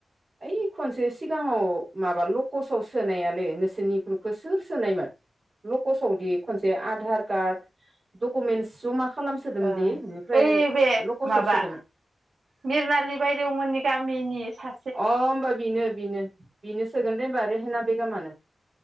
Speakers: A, on the right; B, on the right.
A: ओइ खनसे सिगाङाव माबा लकसाव सोनायालै नोंसोरनि ग्रुपखो सोर सोनायमोन लकसावदि खनसे आधार कार्ड डकुमेन्टस जमा खालामसोदोंमोन
B: ओ
A: दि बेनिफ्राय
B: ओइ बे
A: लकसाव
B: माबा
A: सोदोमोन।
B: मिरनालि बायदेवमोननि गामिनि सा
A: अ होमबा बिनो बिनो बिनो सोगोन दे होमबा रेहेना बेगमानो